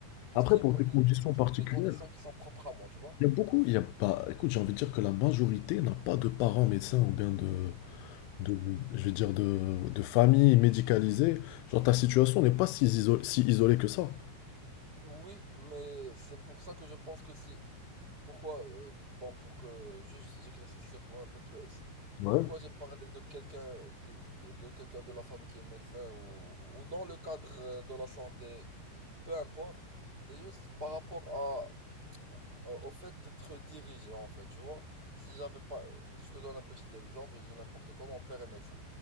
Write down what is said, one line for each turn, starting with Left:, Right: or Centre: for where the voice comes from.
Right: tout
Left: Après,
Right: ce qui est,
Left: pour
Right: pro-
Left: tes
Right: m-
Left: conditions particulières,
Right: les conditions qui sont propres à moi, tu vois?
Left: il y a beaucoup, il y a pas, écoute, j'ai envie de dire que la majorité n'a pas de parents médecins ou bien de, de- je vais dire de, de famille médicalisée, genre ta situation n'est pas si, iso- si isolée que ça.
Right: Oui, mais c'est pour ça que je pense que si, pourquoi, euh, bon, pour que juste j'éclaircisse ce point un peu plus,
Left: Ouais,
Right: pourquoi j'ai parlé de quelqu'un, de, de, de quelqu'un de la famille qui est médecin ou, ou dans le cadre euh, de la santé, peu importe, c'est juste par rapport à Au au fait, être dirigé, en fait, tu vois. Si j'avais pas. Je te donne un petit exemple, je dis n'importe quoi, mon père est médecin.